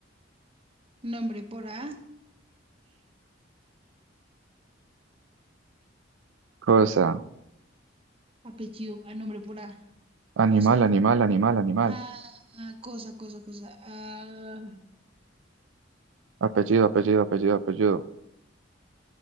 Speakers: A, on the right (about 30°); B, on the right (about 85°).
A: Nombre por A.
B: Cosa.
A: Apellido. ah, nombre por A.
B: Animal,
A: Cosa.
B: animal, animal, animal.
A: Ah, cosa, cosa, cosa. Ah,
B: Apellido, apellido, apellido, apellido.